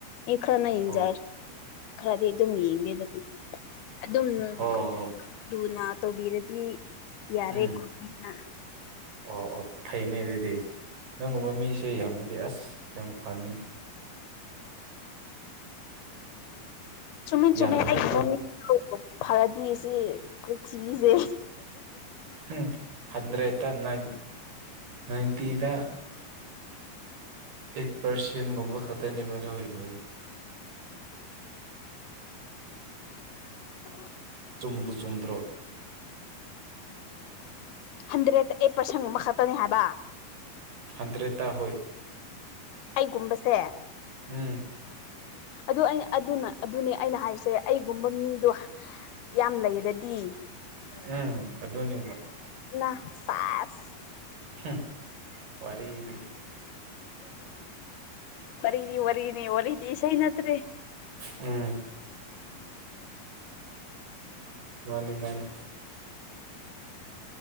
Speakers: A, on the left; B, on the right.
A: ꯏ ꯈꯔꯅ ꯌꯦꯡꯖꯔꯁꯨ
B: ꯍꯣ
A: ꯈꯔꯗꯤ ꯑꯗꯨꯝ ꯌꯦꯡꯅꯤꯗꯗꯨꯝ ꯑꯗꯨꯅ ꯑꯗꯨꯝ
B: ꯍꯣ ꯍꯣ
A: ꯂꯨ ꯇꯧꯕꯤꯔꯗꯤ ꯌꯥꯔꯦ
B: ꯎꯝ
A: ꯈꯣꯏꯅ
B: ꯑꯣ ꯑꯣ ꯐꯩꯅꯦ ꯑꯗꯨꯗꯤ ꯅꯪꯒꯨꯝꯕ ꯃꯤꯁꯦ ꯌꯥꯝꯃꯗꯤ ꯑꯁ ꯌꯥꯝ ꯐꯅꯤ
A: ꯆꯨꯝꯃꯤ ꯆꯨꯝꯃꯤ
B: ꯌꯥꯝꯗꯕꯀꯣ
A: ꯑꯩꯒꯨꯝꯕ ꯃꯤ ꯐꯔꯗꯤ ꯁꯤ ꯄꯔꯤꯛꯊꯤꯕꯤꯁꯦ
B: ꯎꯝ ꯍꯟꯗ꯭ꯔꯦ ꯑꯠꯇ ꯅꯏꯟ ꯅꯏꯟꯇꯤꯗ ꯑꯩꯠ ꯄꯥꯔꯁꯦꯟꯒꯨꯝꯕ ꯈꯛꯇꯅꯦꯕꯗꯧ ꯑꯗꯨ <unintelligible>
A: <inaudible>
B: ꯆꯨꯝꯕꯨ ꯆꯨꯝꯗ꯭ꯔꯣ
A: ꯍꯟꯗ꯭ꯔꯦꯗ ꯑꯩꯠ ꯄꯥꯔꯁꯦꯟ ꯒꯨꯕꯅꯦ ꯈꯛꯇꯅꯦ ꯍꯥꯏꯕ
B: ꯍꯟꯗ꯭ꯔꯦꯠꯇꯥ ꯍꯣꯏ
A: ꯑꯩꯒꯨꯝꯕꯁꯦ
B: ꯑꯪ
A: ꯑꯗꯨ ꯑꯩꯅ ꯑꯗꯨꯅ ꯑꯗꯨꯅꯦ ꯑꯩꯅ ꯍꯥꯏꯔꯤꯁꯦ ꯑꯩꯒꯨꯝꯕ ꯃꯤꯗꯣ ꯌꯥꯝ ꯂꯩꯔꯗꯤ
B: ꯎꯝ ꯑꯗꯨꯅꯦꯕ
A: ꯅ ꯁꯦꯁ
B: ꯍꯨꯝ ꯋꯥꯔꯤꯗꯤ
A: ꯋꯥꯔꯤꯗꯤ ꯋꯥꯔꯤꯅꯦ ꯋꯥꯔꯤꯗꯤ ꯏꯁꯩꯅꯠꯇ꯭ꯔꯦ
B: ꯎꯝ ꯃꯥꯟꯅꯤ ꯃꯥꯟꯅꯤ